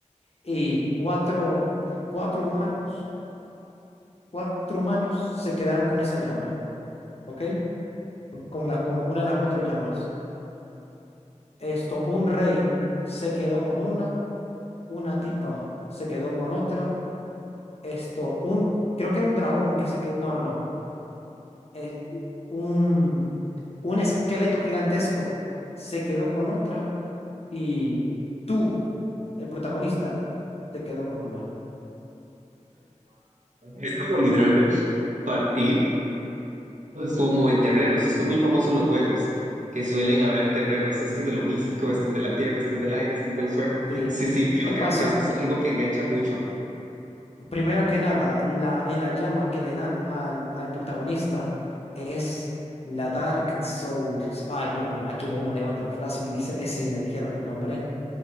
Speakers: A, on the left; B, on the right.
A: y cuatro, cuatro humanos. Cuatro humanos se quedaron con esa llama, ¿ok? Con las, con una de las cuatro llamas. Esto, un rey se quedó con una, una tipa se quedó con otra. Esto, un, creo que era un dragón que se quedó, no, no, no. Es un, un esqueleto gigantesco se quedó con otra y tú, el protagonista, te quedó con una.
B: Es como literalmente partir como en terrenos. Esto es muy famoso en los juegos, que suelen haber terrenos. Esto es de lo místico, esto es de la tierra, esto es del aire, esto es del fuego.
A: Sí.
B: Sí, sí, yo
A: ¿Qué pasa?
B: creo que eso es algo que engancha mucho.
A: Primero que nada, la, en la llama que le dan al, al protagonista es la Dark Souls. Ay, Dios mío, aquí le- uno levanta los brazos y dice, es cine, dijeron el nombre,